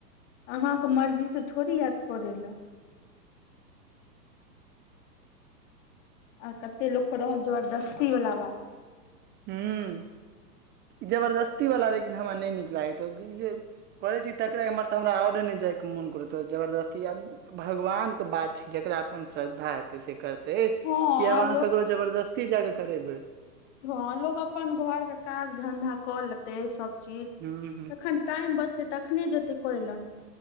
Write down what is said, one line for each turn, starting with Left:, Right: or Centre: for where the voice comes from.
Left: अहाँकेँ मर्जी से थोड़ी आयत करै लए आ कते लोक के रहल जबरदस्ती वाला बात
Right: हू जबरदस्ती वाला लेकिन हमरा नहि नीक लागैत करै छी तकरा एमहर तऽ हमरा आओरे नहि जाइके मोन करत तो जबरदस्ती आबू। भगवानके बात छै जकरा अपन श्रद्धा हेतै स करतै ते कि
Left: हँ
Right: आब अहाँ करो जबरदस्ती जाकऽ करेबै।
Left: ह लोक अपन घरके काज धन्धा कऽ लेतै सभ चीज
Right: हूं हूं
Left: तखन। टाइम बचतै तखने जेतै करै लऽ